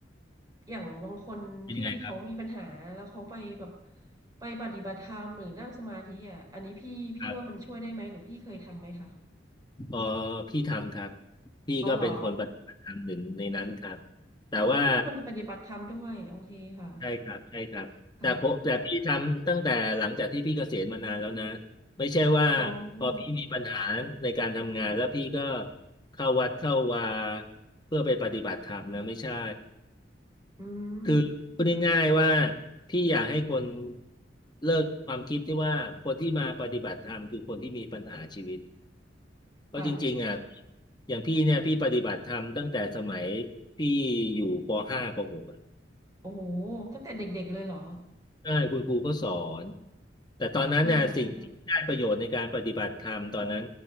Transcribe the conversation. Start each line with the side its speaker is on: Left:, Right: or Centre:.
Right: อย่างบางคนที่เขามีปัญหาแล้วเขาไปแบบ
Left: เป็นไงครับ
Right: ไปปฏิบัติธรรมหรือนั่งสมาธิอ่ะอันนี้พี่พี่ว่ามันช่วยได้ไหมหรือพี่เคยทำไหมคะ
Left: ครับพอพี่ทำครับพี่ก็เป็นคนปฏิบัติธรรมหนึ่งในนั้นครับ
Right: อ๋อเหรอ
Left: แต่ว่า
Right: อ๋อพี่เป็นคนปฏิบัติธรรมด้วยโอเคค่ะ
Left: ใช่ครับใช่ครับแต่ผมแต่พี่ทำตั้งแต่หลังจากที่พี่เกษียณมานานแล้วนะ
Right: ค่ะ
Left: ไม่ใช่ว่า
Right: อ๋อ
Left: พอพี่มีปัญหาในการทำงานแล้วพี่ก็เข้าวัดเข้าวาเพื่อไปปฏิบัติธรรมนะไม่ใช่
Right: อืม
Left: คือพูดง่ายๆว่าพี่อยากให้คนเลิกความคิดที่ว่าคนที่มาปฏิบัติธรรมคือคนที่มีปัญหาชีวิตเพราะจริงๆอ่ะ
Right: ค่ะ
Left: อย่างพี่เนี่ยพี่ปฏิบัติธรรมตั้งแต่สมัยพี่อยู่ปห้าปหกอ่ะ
Right: โอ้โหตั้งแต่เด็กๆเลยเหรอ
Left: ใช่คุณครูก็สอนแต่ตอนนั้นเนี่ยสิ่งที่ได้ประโยชน์ในการปฏิบัติธรรมตอนนั้น
Right: เออ